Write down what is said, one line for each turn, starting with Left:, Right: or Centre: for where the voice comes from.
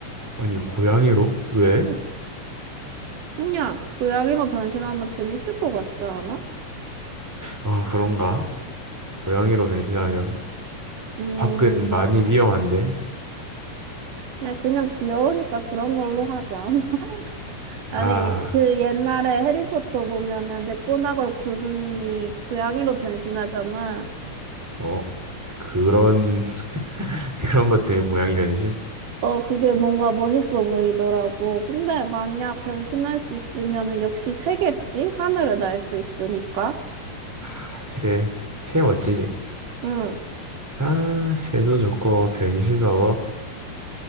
Centre: 아니, 고양이로? 왜?
Right: 응, 그냥 고양이로 변신하면 재밌을 것 같지 않아?
Centre: 아, 그런가? 고양이로 변신하면?
Right: 음,
Centre: 밖은 많이 위험한데.
Right: 그냥 그냥 귀여우니까 그런 걸로 하자. <laughs> 아니,
Centre: 아,
Right: 그 옛날에 해리포터 보면은 맥고나걸 교수님이 고양이로 변신하잖아.
Centre: 어, 그런, <laughs> 그런 것 때문에 고양이 변신?
Right: 어, 그게 뭔가 멋있어 보이더라고. 근데 만약 변신할 수 있으면은 역시 새겠지? 하늘을 날 수 있으니까.
Centre: 아, 새, 새 멋지지.
Right: 응.
Centre: 아, 새도 좋고, 변신 마법.